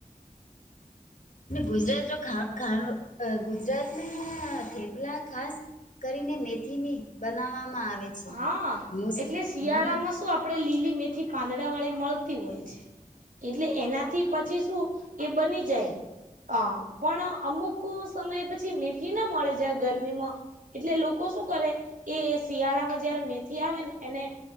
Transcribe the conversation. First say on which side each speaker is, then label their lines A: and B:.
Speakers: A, on the left (about 60°); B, on the right (about 70°).
A: ગુજરાતનું ખાવાનું ગુજરાતમાં થેપલા ખાસ કરીને મેથીની બનાવવામાં આવે છે,
B: હા,
A: મુસ
B: એટલે શિયાળામાં
A: હમ
B: શું આપણે લીલી મેથી પાંદડા વાળી મળતી હોય છે, એટલે એનાથી પછી શું એ બની જાય. હ પણ અમુક સમય પછી મેથી ના મળે જાય ગરમીમાં એટલે લોકો શું કરે એ શિયાળામાં જયારે મેથી આવે ને એને